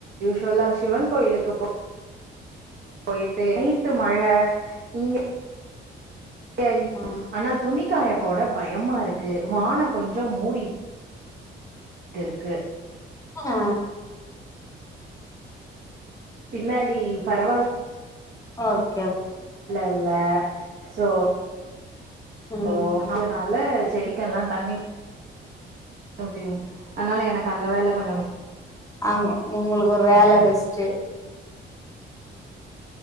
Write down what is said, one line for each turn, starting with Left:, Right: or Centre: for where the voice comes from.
Right: வலா சிவன் கோயிலுக்கு போ போயிட்டு நைட்டு மழ இங்க பே இப்
Left: ம்
Right: ஆனா துணி காயப்போட பயமாருக் கு வானோ
Left: ம்
Right: கொஞ் சோ மூடி டுருக்கு
Left: ஆ
Right: பின்னாடி பரவால்
Left: ஓகே ஓகே
Right: இல்ல சோ
Left: ம்
Right: சோ அதுனால செடிக்கெல்லா தண்ணி ஊத்திவு அதனால எனக்கு அந்த வேல கொஞ்சோ மி
Left: அவுங்க உங்களுக்கு ஒரு வேள ரெஸ்ட்டு